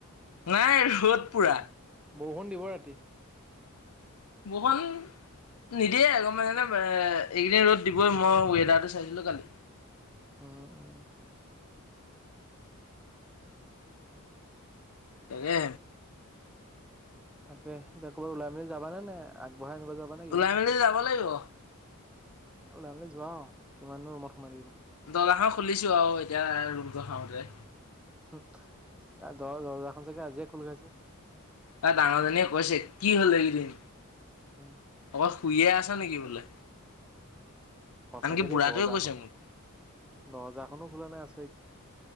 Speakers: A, on the left; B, in the centre.
A: নাই ৰ'দ পোৰা।
B: বৰষুণ দিব ৰাতি।
A: বহন নিদিয়ে গম পাইছা নে? মানে এইকেইদিন ৰ'দ দিবই মই ৱেডাৰটো চাইছিলো কালি।
B: উম উম।
A: তাকে।
B: তাকে এতিয়া ক'ৰবাত ওলাই মেলি যাবানে নে আগবঢ়াই আনিব যাবা নে কি।
A: ওলাই
B: এ
A: মেলি যাব লাগিব
B: ওলাই মেলি যোৱা কিমান দিনৰ ৰুমত সোমাই থাকিবা।
A: দৰ্জাখন খুলিছো আৰু এতিয়া ৰুমটো সাৰোঁতে
B: দহ দৰ্জাখন চাগে আজিয়ে খোল খাইছে
A: তাই ডাঙৰজনীয়ে কৈছে কি হল এদিন
B: উম,
A: অ। শুইয়ে আছ নেকি বোলে
B: সঁচাকে
A: আনকি বুঢ়াটোৱে
B: দেই দজাৰখন
A: কৈছে মোক
B: দজাৰখনো খোলা নাই আছৰিত